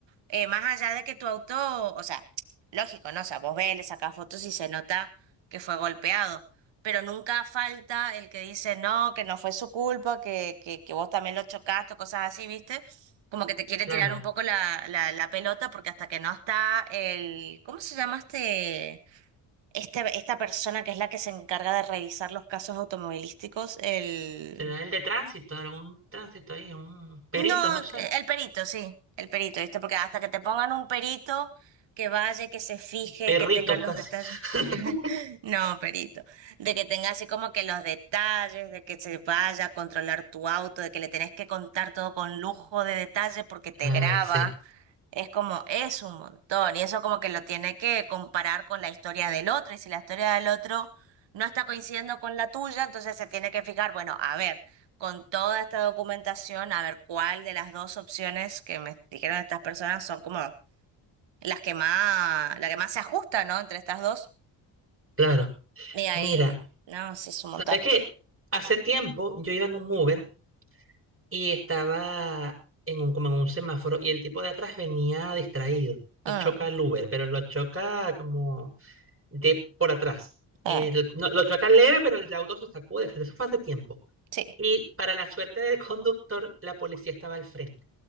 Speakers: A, on the right; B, on the right.
A: eh, más allá de que tu auto, o sea, lógico, ¿no? O sea, vos ves, le sacás fotos y se nota que fue golpeado, pero nunca falta el que dice, no, que no fue su culpa, que, que, que vos también lo chocaste, o cosas así, ¿viste? Como que te quiere
B: Claro.
A: tirar un poco la, la, la pelota porque hasta que no está el, ¿cómo se llama este? Este, esta persona que es la que se encarga de revisar los casos automovilísticos, el
B: Será el de tránsito, algún tránsito ahí, un perito,
A: no,
B: no sé.
A: eh, el perito, sí, el perito, ¿viste? Porque hasta que te pongan un perito que vaya, que se fije,
B: Perrito
A: que tenga los
B: casi.
A: detalles. <laughs>
B: <laughs>
A: No, perito. De que tenga así como que los detalles, de que se vaya a controlar tu auto, de que le tenés que contar todo con lujo de detalles porque te
B: Ay,
A: graba.
B: sí,
A: Es como, es un montón, y eso como que lo tiene que comparar con la historia del otro, y si la historia del otro no está coincidiendo con la tuya, entonces se tiene que fijar, bueno, a ver, con toda esta documentación, a ver cuál de las dos opciones que me dijeron estas personas son como las que más, la que más se ajusta, ¿no? Entre estas dos.
B: claro.
A: Y ahí,
B: Mira,
A: no, sí, es un
B: ¿sabes
A: montón.
B: qué? Hace tiempo yo iba en un Uber y estaba en un, como en un semáforo y el tipo de atrás venía distraído y
A: Mm,
B: choca el Uber, pero lo choca como de por atrás. Y
A: eh,
B: lo, no, lo choca leve, pero el auto se sacude. Eso fue hace tiempo.
A: sí.
B: Y para la suerte del conductor, la policía estaba al frente